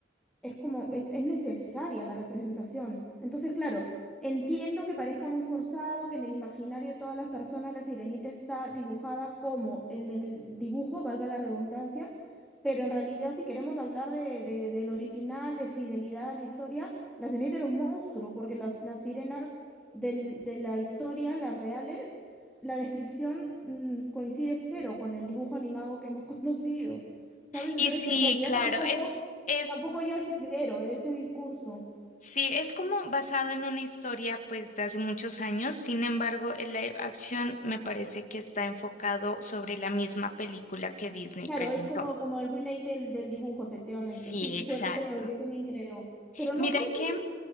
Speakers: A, in the centre; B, on the left (about 45°).
A: es como, es, es necesaria la representación. Entonces, claro, entiendo que parezca muy forzado, que en el imaginario de todas las personas la sirenita está dibujada como en el dibujo, valga la redundancia, pero en realidad si queremos hablar de, de- del original, de fidelidad a la historia, la sirenita era un monstruo, porque las, las sirenas del- de la historia, las reales, la descripción mm, coincide cero con el dibujo animado que hemos <laughs> conocido. ¿Sabes?
B: Y
A: Entonces,
B: sí,
A: en realidad
B: claro,
A: tampoco,
B: es... es
A: Tampoco hay asidero de ese discurso.
B: Sí, es como basado en una historia pues de hace muchos años, sin embargo, el live action me parece que está enfocado sobre la misma película que Disney
A: Claro,
B: presentó.
A: es como, como el remake del, del dibujo, efectivamente.
B: Sí,
A: Sí, sí,
B: exacto.
A: bueno, creo, yo también creo. Pero
B: Mira
A: no sé,
B: que,
A: ¿tienes,